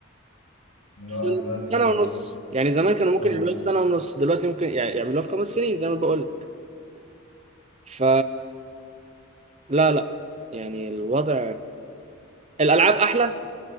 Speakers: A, on the left; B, on the right.
A: اللي
B: في
A: هو
B: سنة
A: دلوقتي
B: سنة ونص يعني زمان كانوا ممكن
A: اه
B: يعملوها في سنة ونص دلوقتي ممكن يع- يعملوها في خمس سنين زي ما بقول لك ف لا لا يعني الوضع الألعاب أحلى